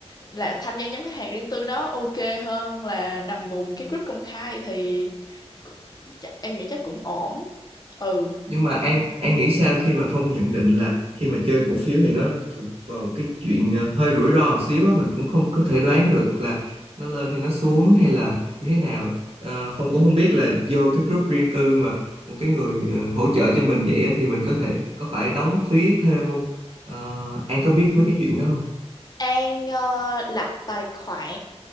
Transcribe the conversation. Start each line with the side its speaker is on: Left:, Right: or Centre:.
Left: là tham gia nhóm khách hàng riêng tư đó ok hơn là nằm vùng cái group công khai thì chắc- em nghĩ chắc cũng ổn ừ
Right: nhưng mà An An nghĩ sao khi mà Phong nhận định là khi mà chơi cổ phiếu thì nó thuộc vào cái chuyện ờ, hơi rủi ro một xíu á mình cũng không có thể đoán được là nó lên hay nó xuống hay là như thế nào Ờ, Phong cũng không biết là vô cái group riêng tư mà một cái người ờ, hỗ trợ cho mình vậy á, thì mình có thể có phải đóng phí thêm không Ờ, An có biết mấy cái chuyện đó không
Left: An ờ, lập tài khoản